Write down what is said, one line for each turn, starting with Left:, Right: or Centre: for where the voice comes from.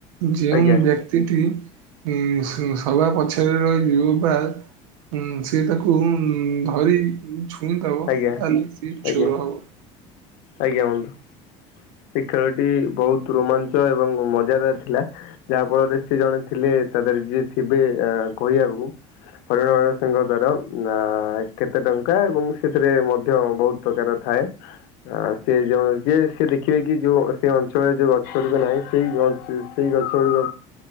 Right: ଯେଉଁ
Left: ଆଜ୍ଞା ଆଜ୍ଞା
Right: ବ୍ୟକ୍ତିଟି ଇଁ ସ ସବା ପଛରେ ରହିଯିବ ବା ହଁ ସିଏ ତାକୁ ଉଁ ଧରି ଛୁଇଁଦବ।
Left: ଆଜ୍ଞା
Right: ତାହାଲେ ସିଏ ଚୋର ହବ।
Left: ଆଜ୍ଞା ବନ୍ଧୁ ସେ ଖେଳଟି ବହୁତ ରୋମାଞ୍ଚ ଏବଂ ମଜାଦାର ଥିଲା ଯାହା ଫଳରେ ସେ ଜଣେ ଥିଲେ ତା ଦେହରେ ଯିଏ ଥିବେ ଅ କହିବାକୁ ହରିଣର ସିିଂହ ଦ୍ଵାର ନା କେତେ ଟଙ୍କା ଏବଂ ସେଥିରେ ମଧ୍ୟ ବହୁତ ପ୍ରକାର ଥାଏ ଥାଏ ସେ ଯୋଉ ଯିଏ ସେ ରି ଖି ଏକି କି ଯୋଉ ସେଇ ଅଞ୍ଚଳରେ ଯୋଉ ଗଛ ଗୁଡ଼ିକ ନାହିଁ ସେଇ ଗ ସେଇ ଗଛ ଗୁଡ଼ିକ